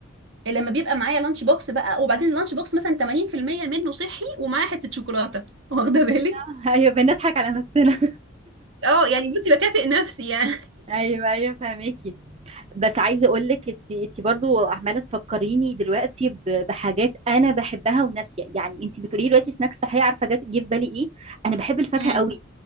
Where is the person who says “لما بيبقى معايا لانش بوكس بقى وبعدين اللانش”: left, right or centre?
Right